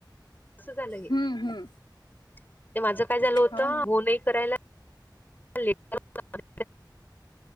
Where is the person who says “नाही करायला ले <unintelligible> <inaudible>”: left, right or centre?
Left